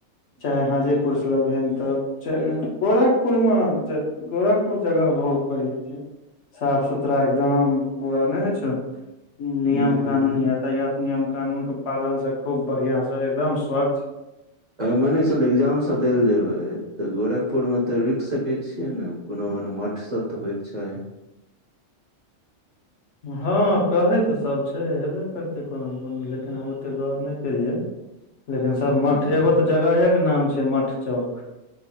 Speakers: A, on the left; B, on the right.
A: चाहे हाजी पुरस लन तऽ चारि घणटा गोरखपुर मे ज गोरखपुर जगह बहुत बढ़िया छैय साफ सुथरा एकदम पूरा नहि होइ छौ। नियम
B: हूँ
A: कानून यातायात नियम कानून के पालन स खूब बढ़िया से एकदम स्वच्छ।
B: अगर मान क चल एग्जाम स देल जेबै तऽ गोरखपुरमे तऽ रुकि सकै छियै ने। कोनो ओहन मठ सब तऽ होयत छैय।
A: हँ कहै तऽ सभ छैय हेबे करतै कोनो ने कोनो लेकिन हम ओतेक गर नहि केलियै। लेकिन सभ मठ
B: ह
A: एगो तऽ जगहेके नाम छैय मठ चौक।